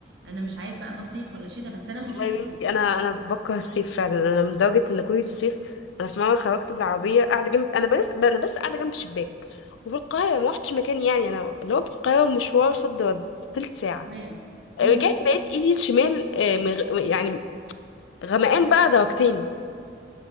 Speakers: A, on the right; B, on the left.
A: انا مش عارف بقى ده صيف ولا شتاء بس انا مش
B: والله
A: حاسس
B: يا بنتي
A: بالجو
B: انا انا بكره الصيف فعلا انا من درجه ان كل الصيف انا في مره خرجت بالعربيه قاعده جنب انا بس انا بس قاعده جنب شباك وفي القاهره ما روحتش مكان يعني انا لو في القاهره مشوار صد رد تلت ساعه
A: تمام مم.
B: رجعت لقيت ايدي الشمال آه، مغ- يعني غمقان بقى درجتين